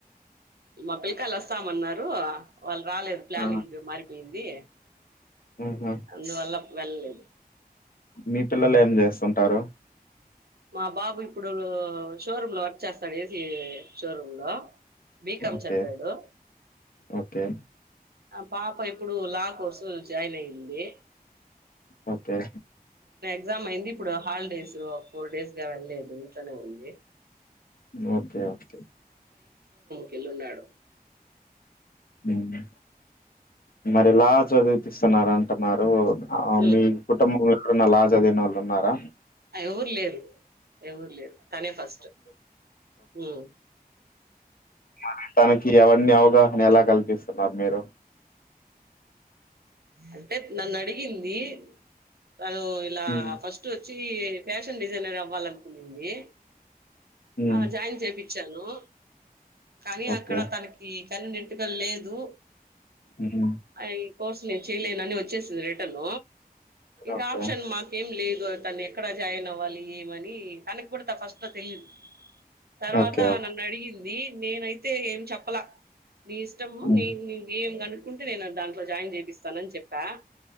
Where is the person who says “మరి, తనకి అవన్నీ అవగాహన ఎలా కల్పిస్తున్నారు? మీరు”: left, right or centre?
Left